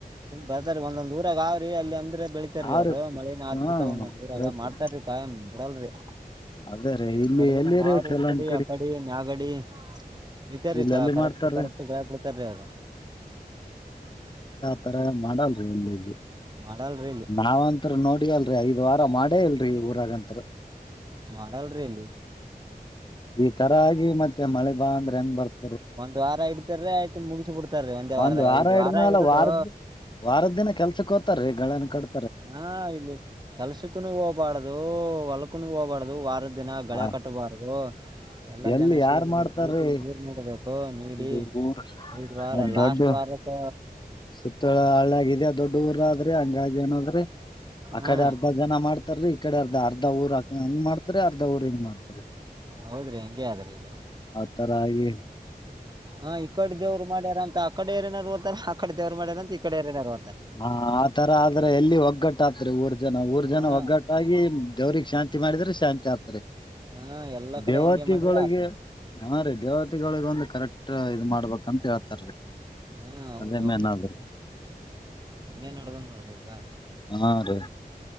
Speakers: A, on the right; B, on the left.
A: ಬರ್ತಾರೀ ಒಂದೊಂದ್ ಊರಾಗ ಆ ರೀ ಅಲ್ಲಿ ಅಂದ್ರೆ ಬೆಳಿತಾರೀ
B: ಅವ್ರಿ
A: ಅವ್ರು ಮಳೀನ ಆತಿರ್ತ
B: ಹಾ
A: ಒಂದೊಂದ್ ಊರಾಗ
B: ಪ್ರತಿ
A: ಮಾಡ್ತಾರೀ ಕಾಯಂ ಬಿಡಲ್ರೀ
B: ಅದೇ ರೀ ಇಲ್ಲಿ
A: ಮಳ
B: ಎಲ್ಲಿರಿ
A: ಆ್ರ ಊರ್
B: ಕೆಲವೊಂದ್
A: ಕಡೆ ಆ ಕಡೆ ಮ್ಯಾಗಡಿ ಇತಾರಿ
B: ಇಲ್ಲ
A: ಕ
B: ಎಲ್ಲಿ
A: ಕರೆಕ್ಟ್
B: ಮಾಡ್ತಾರೀ
A: ಕರೆಕ್ಟ್ ಗಳೇಕ್ ಬಿಡ್ತಾರೀ ಅವರು
B: ತರ ಮಾಡಲ್ರಿ ಎಲ್ಲಿ ಇಲ್ಲಿ
A: ಮಾಡಲ್ರಿ ಇಲ್ಲಿ
B: ನಾವಂತ್ರೂ ನೋಡಿ <unintelligible> ವಾರ ಮಾಡೇ ಇಲ್ರೀ ಊರಾಗ ಹ. <inaudible>
A: ಮಾಡಲ್ರಿ ಇಲ್ಲಿ.
B: ಈ ತರ ಆಗಿ ಮತ್ತೆ ಮಳೆ ಬಾ ಅಂದ್ರೆ ಹೆಂಗ್ ಬರ್ತ
A: ಒಂದ್ ವಾರ ಇಡ್ತಾರ ಆಯ್ತ ಮುಗಿಸಿ ಬಿಡ್ತಾರೀ ಒಂದೇ ವಾರದಾಗ
B: ಒಂದ್
A: ಐದು
B: ಹಿಡ್ದ್ಮ್ಯಾಲ
A: ವಾರ ಹಿಡದು
B: ವಾರದ ವಾರದ ದಿನ ಕೆಲ್ಸಕ್ಕೆ ಹೋತಾರೀ ಗಳನ್ ಕಡ್
A: ಹಾ ಇಲ್ಲಿ ಕೆಲ್ಸಕ್ಕೂನು ಹೋಗಬಾರ್ದು ಹೊಲಕುನು ಹೋಗಬಾರಡ್ದ ವಾರದ್ದ ದಿನ ಗಳೆ
B: ಆ
A: ಕಟ್ಟಬಾರದೂ ಎಲ್ಲಾ
B: ಎಲ್ಲಿ
A: ಜನ
B: ಯಾರ್
A: ಸೇರಿ
B: ಮಾಡ್ತಾರ್ರಿ
A: ಬೇಟ ನೀರ್ ನೀಡ್ಬೇಕು ನೀಡಿ
B: ಇದು ಊರ್
A: ಐದ್ ವಾರ ಲಾಸ್ಟ್
B: ದೊಡ್ಡ
A: ವಾರಕ್ಕ
B: ಸುತ್ತಳ ಹಳ್ಳಾಗಿದೆ ದೊಡ್ಡ ಊರ್ ಆದ್ರಿ ಹಂಗಾಗಿ ಏನಾದ್ರೆ ಆ
A: ಹಾ
B: ಕಡೆ ಅರ್ಧ ಜನ ಮಾಡ್ತ ಈ ಕಡೆ ಅರ್ಧ ಅರ್ಧ ಊರ್ಂಗ ಮಾಡತಾರೀ ದವ್ರು ಹಿಂಗ್ ಮಾಡ್ತಾರೀ
A: ಹೌದ್ರಿ ಹಂಗೆ ಆದ್ರಿ ಈಗ
B: ಆ ತರ ಆಗೀ
A: ಹಾ ಈ ಕಡೆ ದೇವ್ರು ಮಾಡ್ಯಾರ ಅಂತ ಕಡೆ ಏರ್ಯಾನವ್ರ ರೋಥರ ಅಕಡೆ ದೇವ್ರು ಮಾಡ್ಯಾರಂತ ಈಕಡೆ ಏರಿಯಾದವ್ರು
B: ಹಾ ಆ ತರ ಆದ್ರ ಎಲ್ಲಿ ಒಗ್ಗ <unintelligible> ಜನ ಊರ್ ಜನ
A: ಹಾ
B: ಒಗ್ಗಟ್ಟಾಗಿ ದೇವ್ರಿಗೆ ಶಾಂತಿ ಮಾಡಿದ್ರೆ ಶಾಂತಿ ಆಗ್ತ
A: ಹಾ ಎಲ್ಲಾ ಕಡೆ
B: ದೇವತಿಗಳಿಗೆ
A: ಹಂಗೆ ಮಾಡಿದ್ರ ಆತ
B: ಹಾ ರೀ ದೇವತಿಗಳಿಗೆ ಒಂದು ಕರೆಕ್ಟ್ ಇದ ಮಾಡ್ಬೇಕಂತ ಹೇಳ್ತಾರಿ
A: ಹಾ ಹೌದ್
B: ಅದೇ
A: ಹೌದ್ರಿ
B: ಮೇನದ್ರಿ
A: ಹಂಗೆ ನಡ್ದದ ನೋಡ್ರಿ ಈಗ
B: ಹಾ ರೀ